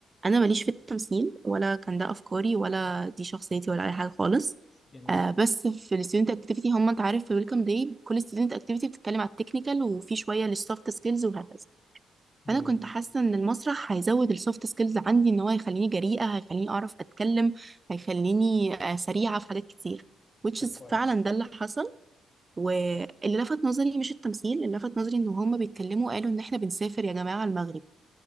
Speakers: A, on the right; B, on the left.
A: انا ماليش في التمثيل ولا كان ده افكاري ولا دي شخصيتي ولا اي حاجه خالص
B: جميل
A: آه بس في الستودنت اكتيفيتي هم انت عارف في ويلكم داي كل ستودنت اكتيفيتي بتتكلم على التكنيكال وفي شويه للسوفت سكيلز وهكذا
B: جميل
A: فانا كنت حاسه ان المسرح هيزود السوفت سكيلز عندي ان هو هيخليني جريئه هيخليني اعرف اتكلم هيخليني آه، سريعه في حاجات كتير which
B: طب
A: is
B: كويس
A: فعلا ده اللي حصل واللي لفت نظري مش التمثيل اللي لفت نظري ان هما بيتكلموا قالوا ان احنا بنسافر يا جماعه المغرب